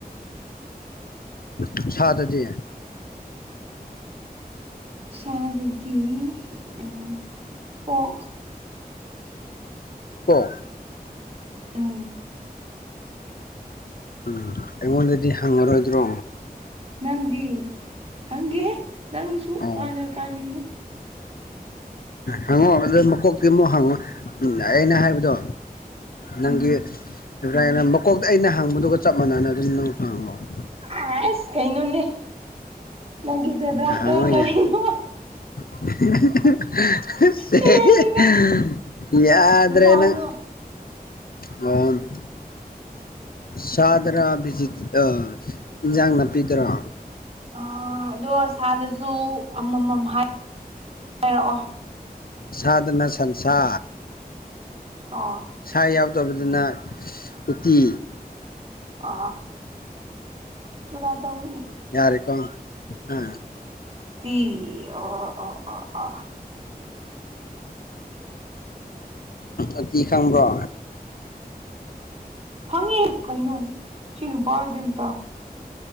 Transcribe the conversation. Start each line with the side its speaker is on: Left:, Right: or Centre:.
Left: ꯎꯝ ꯁꯥꯗꯗꯤ
Right: ꯁꯥꯗꯗꯤ ꯑ ꯄꯣꯛ
Left: ꯑꯣꯛ
Right: ꯎꯝ
Left: ꯎꯝ ꯑꯩꯉꯣꯟꯗꯗꯤ ꯍꯪꯉꯔꯣꯏꯗ꯭ꯔꯣ
Right: ꯅꯪꯗꯤ ꯍꯪꯒꯦꯍꯦ ꯅꯪꯁꯨ
Left: ꯑꯣ
Right: ꯀꯥꯟꯅ ꯀꯥꯔꯤꯅꯣ
Left: ꯍꯪꯉꯣ ꯑꯗꯨ ꯃꯀꯣꯛꯇꯩ ꯑꯃꯨꯛ ꯍꯪꯉꯣ ꯎꯝ ꯑꯩꯅ ꯍꯥꯏꯕꯗꯣ ꯅꯪꯒꯤ
Right: ꯎꯝ
Left: ꯑꯦꯕ꯭ꯔꯥꯏ ꯃꯀꯣꯛꯇ ꯑꯩꯅ ꯍꯪꯕꯗꯨꯒ ꯆꯞ ꯃꯥꯟꯅꯅ ꯑꯗꯨꯝ ꯅꯪꯁꯨ ꯍꯥꯡꯉꯛꯑꯣ
Right: ꯑꯥꯏꯁ ꯀꯩꯅꯣꯅꯦ ꯅꯪꯒꯤ ꯐꯦꯕ꯭ꯔꯔꯥꯏꯗꯣ
Left: ꯍꯪꯉꯣ
Right: ꯀꯔꯤꯅꯣ
Left: ꯌꯥꯏ <unintelligible>
Right: ꯍꯦꯜꯂꯤꯗ
Left: ꯌꯥꯗ꯭ꯔꯦ
Right: ꯏꯟꯁꯥꯡꯗꯣ
Left: ꯅꯪ ꯑꯟ ꯁꯥꯗꯔꯥ ꯕꯤꯠ ꯑꯥ ꯏꯟꯖꯥꯡ ꯅꯥꯄꯤꯗꯔꯥ
Right: ꯑ ꯑꯗꯣ ꯁꯥꯥꯗꯁꯨ ꯑꯃꯃꯝ ꯍꯥꯏ ꯍꯥꯏꯔꯛꯑꯣ
Left: ꯁꯥꯗꯅ ꯁꯟꯁꯥ
Right: ꯑꯣ
Left: ꯁꯥ ꯌꯥꯎꯗꯕꯗꯨꯅ ꯎꯇꯤ
Right: ꯑ ꯀꯃꯥꯏꯅ ꯇꯧꯏ
Left: ꯌꯥꯔꯦꯀꯣ ꯑ
Right: ꯎꯠꯇꯤ ꯑ ꯑ ꯑ ꯑ
Left: ꯑꯇꯤ ꯈꯪꯕ꯭ꯔꯣ
Right: ꯍꯪꯉꯦ ꯀꯩꯅꯩꯅꯣ ꯁꯤꯅ ꯅꯨꯄꯥꯖꯤꯅ